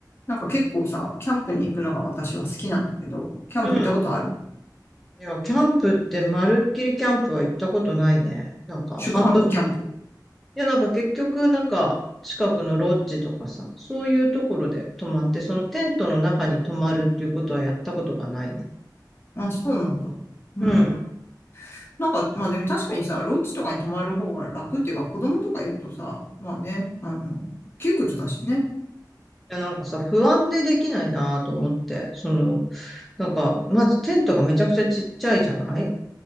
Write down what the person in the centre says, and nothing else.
うん。いや、キャンプって、まるっきりキャンプは行ったことないね。なんか、
半分。いや、なんか結局、なんか、近くのロッジとかさ、そういうところで泊まって、そのテントの中に泊まるっていうことはやったことがないね。
うん。い
や、なんかさ、不安でできないなと思って、その、なんか、まずテントがめちゃくちゃちっちゃいじゃない